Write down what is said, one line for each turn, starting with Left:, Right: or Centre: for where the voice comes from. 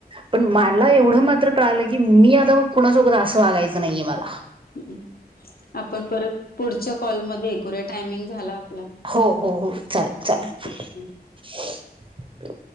Right: पण मला एवढं मात्र कळालं की मी आता मग कुणासोबत असं वागायचं नाहीये मला
Left: ह् आपण परत पुढच्या कॉलमध्येध्ये एकू्या टायमिंग झाला आपला
Right: हो हो हो चालेल चालेल
Left: हम्म हम्म हम्म.